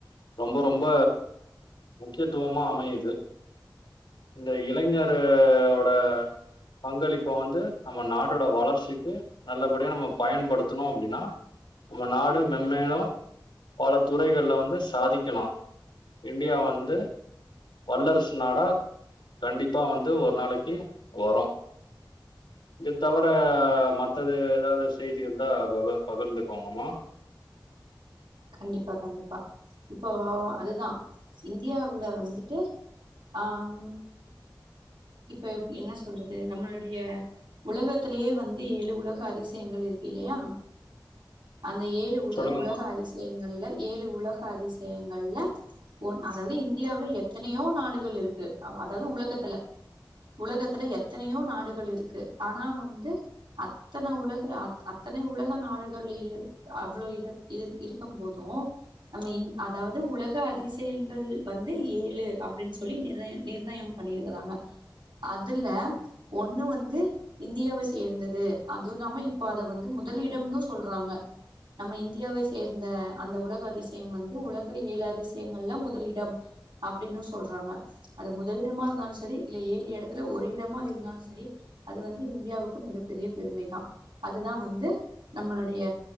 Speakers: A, on the left; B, on the right.
A: ரொம்ப ரொம்ப முக்கியத்துவமா அமையுது இந்த இளைஞரோட பங்களிப்ப வந்து நம்ம நாட்டோட வளர்ச்சிக்கு நல்லபடியா நம்ம பயன்படுத்தணு அப்டின்னா நம்ம நாடு ம முன்னேறு பல துறைகள்ல வந்து சாதிக்கலா இந்தியா வந்து வல்லரசு நாடா கண்டிப்பா வந்து ஒரு நாளைக்கி வரு இது தவிர மத்தது ஏதாவது செய்தி இருந்தா பகிர் பகிர்ந்துக்கோங்கம்மா
B: கண்டிப்பா கண்டிப்பா இப்போ அதுதா இந்தியாவுல வந்துட்டு ஆம் இப்ப எப் என்ன சொல்றது நம்மளுடைய உலகத்திலயே வந்து ஏழு உலக அதிசயங்கள் இருக்கு இல்லையா அந்த ஏழு உத
A: சொல்லுங்கம்மா
B: உலக அதிச அதிசயங்க்ல ஏழு உலக அதிசயங்கள்ல ஒன் அதாவது இந்தியாவுல எத்தனையோ நாடுகள் இருக்கு அதாவது உலகத்துல உலகத்துல எத்தனையோ நாடுகள் இருக்கு ஆனா வந்து அத்தன உலக அத்தனை உலக நாடுகளில் அவ்வளோ இட இருக்கம்போது நம்ம அதாவது உலக அதிசயங்கள் வந்து ஏழு அப்டின்னு சொல்லி நிர நிர்ணயம் பண்ணிருக்கறாங்க அதுல ஒண்ணு வந்து இந்தியாவ சேர்ந்தது அதுவு இல்லாம இப்ப அத வந்து முதலிடம்ன்னு சொல்றாங்க நம்ம இந்தியாவை சேர்ந்த அந்த உலக அதிசயம் வந்து உலக ஏழு அதிசயங்கள்ல முதல் இடம் அப்டின்னு சொல்றாங்க அது முதலிடமா இருந்தாலு சரி இல்ல ஏழு எடத்துல ஒரு இடமா இருந்தாலு செரி அது வந்து இந்தியாவுக்கு மிகப்பெரிய பெருமை தா அதுதா வந்து நம்மளுடைய